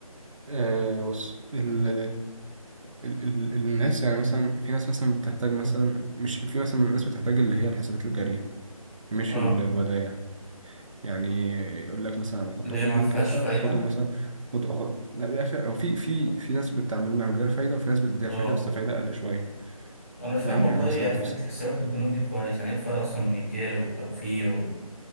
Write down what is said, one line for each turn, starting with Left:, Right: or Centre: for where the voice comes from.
Right: آه بص ال ال ال الناس يعني مثلا في ناس مثلا بتحتاج مثلا مش في مثلا من الناس بتحتاج اللي هي الحسابات الجارية مش
Left: اه
Right: ال- الودائع يعني يقول لك مثلا أنا احطهم
Left: اللي هي
Right: في
Left: ما
Right: البنك
Left: فيهاش
Right: مثلا
Left: فايدة
Right: واخدهم مثلا خد اخد لا بيبقى في أو في في في ناس بتعملها من غير فايده وفي ناس بتديها
Left: اه
Right: فايده بس فايده اقل شويه
Left: أنا مش فاهم
Right: فاهم
Left: والله
Right: يعني مثلا
Left: يعني
Right: بتوصل
Left: في حتة حسابات البنوك دي كويس يعني إيه الفرق أصلا من الجاري والتوفير